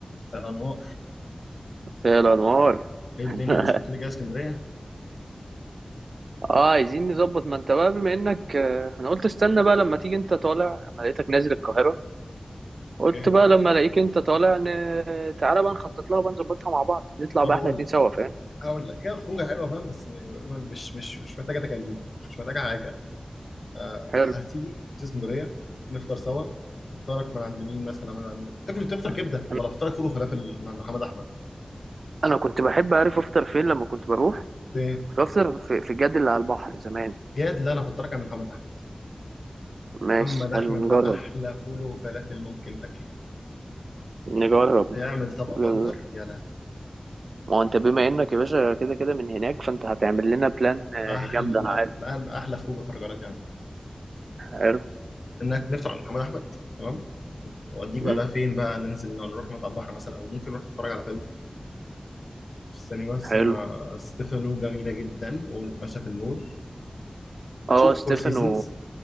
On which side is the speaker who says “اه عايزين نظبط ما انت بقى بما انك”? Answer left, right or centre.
Right